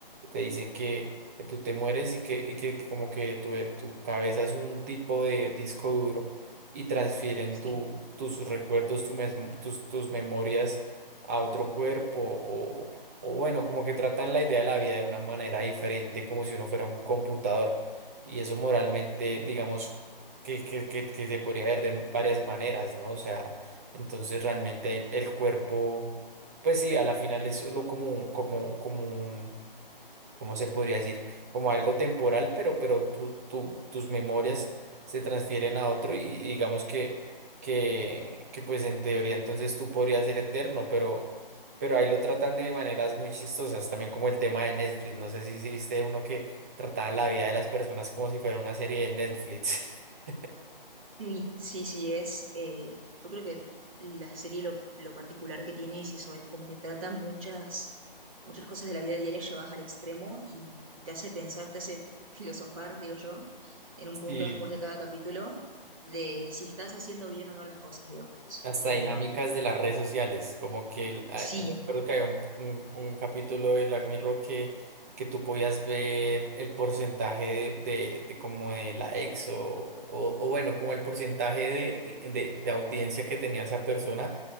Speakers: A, on the right; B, on the right.
A: te dicen que, que tú te mueres y que, y que como que tu, tu cabeza es un tipo de disco duro y transfieren
B: Sí.
A: tu, tus recuerdos, tu mes- tus, tus memorias a otro cuerpo o bueno, como que tratan la idea de la vida de una manera diferente, como si uno fuera un computador. Y eso moralmente, digamos, que, que, que, que se podría ver de varias maneras, ¿no? O sea, entonces realmente el, el cuerpo, pues sí, a la final es solo como, un- como, como un ¿cómo se podría decir? Como algo temporal, pero, pero tu- tu- tus memorias se transfieren a otro y, y digamos que, que, que pues en teoría entonces tú podrías ser eterno, pero, pero ahí lo tratan de maneras muy chistosas, también como el tema de Netflix, no sé si, si viste uno que trataban la vida de las personas como si fuera una serie de Netflix. <laughs>
B: sí, sí, sí, es, eh, yo creo que la serie lo, lo particular que tiene es eso, es como que trata muchas, muchas cosas de la vida diaria llevadas al extremo y, y te hace pensar, te hace <laughs> filosofar, digo yo, en un punto
A: Sí.
B: después de cada capítulo, de si estás haciendo bien o no las cosas, digamos.
A: hasta
B: Eh,
A: dinámicas de
B: Uy,
A: las redes sociales, como que el- a-
B: sí,
A: yo recuerdo que había un, un- un capítulo de Black Mirror que, que tú podías ver el porcentaje de, de, de como de likes o, o, o bueno, como el porcentaje de, de, de audiencia que tenía esa persona